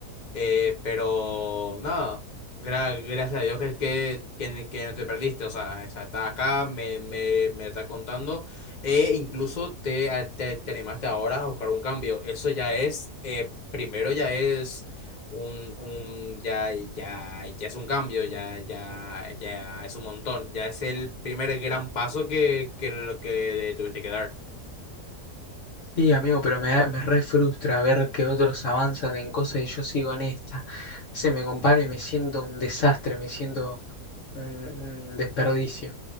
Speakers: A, on the left; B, on the left.
A: Eh, pero nada, gra- gracias a Dios que, que, que, que no te perdiste, o sea, esa está acá, me, me, me está contando, e incluso te, a- te, te animaste ahora a buscar un cambio, eso ya es, eh, primero ya es un, un ya, ya, ya es un cambio, ya, ya, ya es un montón, ya es el primer gran paso que, que, lo que tuviste que dar.
B: Sí, amigo, pero me, da- me re frustra ver que otros avanzan en cosas y yo sigo en esta. Se me comparo y me siento un desastre, me siento un, un desperdicio.